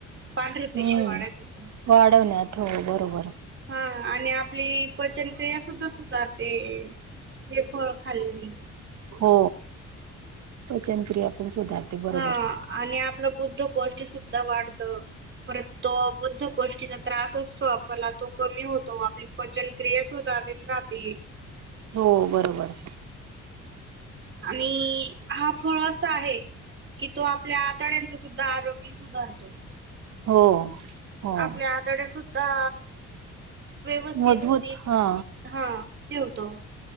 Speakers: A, on the right; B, on the right.
A: पांढऱ्या
B: हम्म
A: पेशी वाढती तिची.
B: वाढवण्यात हो बरोबर
A: हा आणि आपली पचनक्रिया सुद्धा सुधारते. हे फळ खाल्ले ने.
B: हो पचनक्रिया पण सुधारते बरोबर.
A: हा आणि आपला बुद्ध गोष्ट सुद्धा वाढत परत तो बुद्ध गोष्टीचा त्रास असतो आपल्याला तो कमी होतो आपली पचनक्रिया सुधारित राहते.
B: हो बरोबर
A: आणि हा फळ असा आहे कि, तो आपल्या आतड्यांचं सुद्धा आरोग्य सुधारतो.
B: हो. हो
A: आपल्या आताड्या सुुद्धा व्यवस्थित
B: मजबूत
A: नीट
B: हा
A: हा ठेवतो.